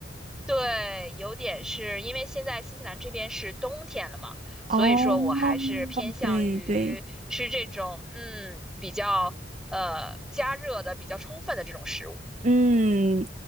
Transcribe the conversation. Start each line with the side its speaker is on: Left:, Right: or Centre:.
Centre: 对，有点是因为现在新西兰这边是冬天了嘛，所以说我还是偏向于吃这种嗯比较呃加热的比较充分的这种食物。
Right: 哦，对对，嗯，